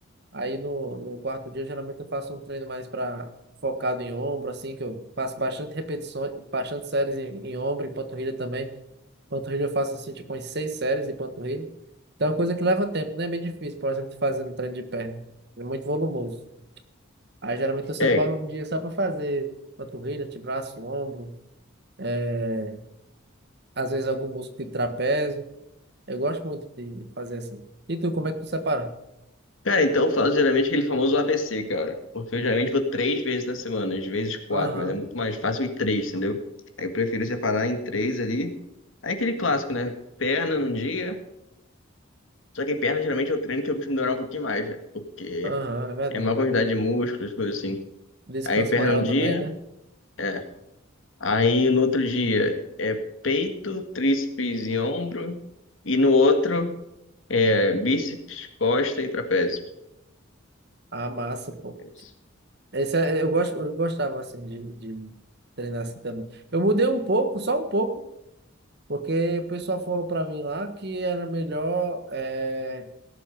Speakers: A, on the right (about 55°); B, on the left (about 75°).
A: Aí no, no quarto dia, geralmente eu faço um treino mais para focado em ombro, assim, que eu faço bastante repetições, bastante séries em, em ombro, em panturrilha também. Panturrilha eu faço assim, tipo, umas seis séries de panturrilha. Então é uma coisa que leva tempo, né? É bem difícil, por exemplo, fazer um treino de perna. É muito volumoso. Aí geralmente eu separo
B: É,
A: um dia só para fazer panturrilha, antebraço, ombro, é às vezes algum músculo tipo trapézio. Eu gosto muito de fazer assim. E tu, como é que tu separa?
B: cara, então eu faço geralmente aquele famoso ABC, cara. Porque eu geralmente vou três vezes na semana, às vezes quatro,
A: Aham,
B: mas é muito mais fácil ir três, entendeu? Aí eu prefiro separar em três ali. Aí aquele clássico, né? Perna num dia. Só que perna geralmente é o treino que eu costumo demorar um pouquinho mais, né? Porque
A: aham, é verdade.
B: é uma quantidade de músculos, coisas assim.
A: Descanso
B: Aí perna
A: maior
B: um dia.
A: também, né?
B: é, Aí no outro dia é peito, tríceps e ombro. E no outro é bíceps, costa e trapézio.
A: Ah, massa, pô.
B: Isso.
A: Esse é- eu gosto, eu gostava assim de, de treinar assim também. Eu mudei um pouco, só um pouco, porque o pessoal falou pra mim lá que era melhor é,